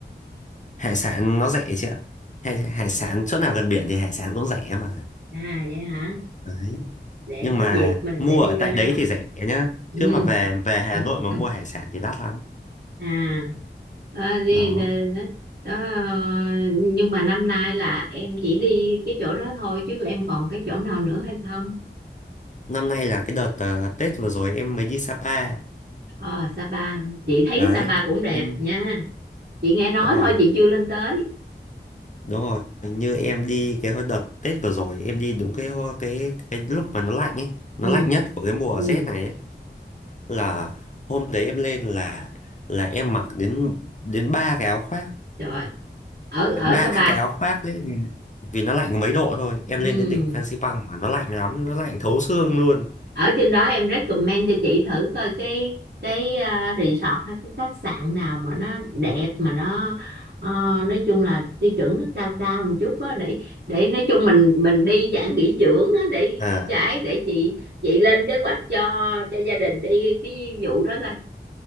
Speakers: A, on the left; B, on the right.
A: hải sản nó rẻ chị ạ hải, hải sản chỗ nào gần biển thì hải sản cũng rẻ mà
B: À vậy hả?
A: đấy
B: Để
A: nhưng
B: có
A: mà
B: dịp mình
A: mua
B: sẽ đi
A: ở tại
B: coi đó.
A: đấy thì rẻ nhá
B: Ừ.
A: chứ mà về về Hà Nội mà
B: <clears throat>
A: mua hải sản thì đắt lắm
B: À, à đi,
A: đó
B: đi, đó, đó, ờ, nhưng mà năm nay là em chỉ đi cái chỗ đó thôi chứ em còn cái chỗ nào nữa hay không?
A: năm nay là cái đợt ờ, Tết vừa rồi em mới đi Sapa
B: Ờ, Sapa chị thấy
A: đấy
B: Sapa cũng đẹp
A: em
B: nha chị nghe nói
A: đúng rồi
B: thôi chị chưa lên tới
A: Đúng rồi, như em đi cái hồi đợt Tết vừa rồi em đi đúng cái ho- cái cái lúc mà nó lạnh ấy, nó
B: ừ
A: lạnh nhất của cái mùa
B: ừ
A: rét này ấy, là hôm đấy em lên là là em mặc đến đến ba cái áo khoác,
B: trời ở ở
A: ba
B: Sapa
A: cái áo khoác đấy vì vì nó lạnh có mấy độ thôi.
B: ừ
A: Em lên đến đỉnh Phan Xipang mà nó lạnh lắm, nó lạnh thấu xương luôn.
B: ở trên đó em recommend cho chị thử coi cái cái à, resort hay cái khách sạn nào mà nó đẹp mà nó ờ, nói chung là tiêu chuẩn nó cao cao một chút á để để nói chung mình mình đi dạng nghỉ dưỡng á để
A: À,
B: trái để chị chị lên kế hoạch cho cho gia đình đi cái vụ đó coi